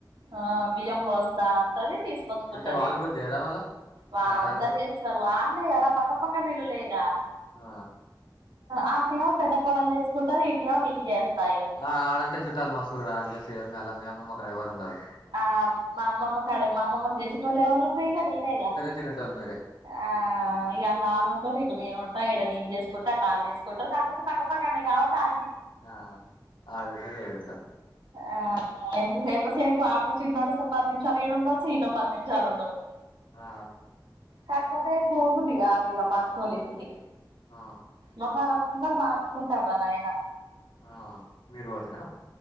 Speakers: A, on the right (about 75°); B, on the left (about 80°).
A: ఆ బియ్యం పోస్తా అంటాది తీసుకోచుకుంటది
B: అంటే వాళ్ళు కూడా చేయరా మళ్ళ
A: వామ్మో
B: మీ అత్తగారు
A: గటా
B: వాళ్ళు
A: చేస్తారు అనేగా రా పక్కపక్క ఇల్లు లేగా
B: ఆ
A: ఆనేమో పెద్ద కొడలు చేసుకుంటది ఇన్నేమో నేను చేస్తా
B: ఆ ఆడంటే చుట్టాలు మస్తు ఉన్నారు ఆలు చేస్తారు మీ అమ్మమ్మ కాడ ఎవ్వరూండారూ
A: ఆ మా అమ్మమ్మ కాడ మా అమ్మమ్మకి చేసే చేసేటోళ్లు ఎవరు ఉన్నారు ఈగ నేనేగ
B: తినేటోళ్లు మీరే
A: ఆ ఇగా మాలున్ ఇటు నేను ఉంటా ఇక్కడ నే చేసుంట అటు ఆళ్ళు చేసుకుంటారు కాకపోతే పక్కపక్క నేయి కాబట్టి ఆ
B: ఆ ఆడుంటరు ఈడుంటరు
A: ఆ ఎంత సెప్ సేపు పాపం చిన్నోడు పది నిమిషాలు ఈడ ఉండొచ్చు ఇన్నో పది నిమిషాలు ఉండొచ్చు
B: ఆ
A: కాకపోతే పోబుద్ధి కాది గా మా అత్తొలి ఇంటికి
B: ఆ
A: మోకాలు అందరు మార్చుకుంటారు నాయన
B: ఆ మీరు పోతరా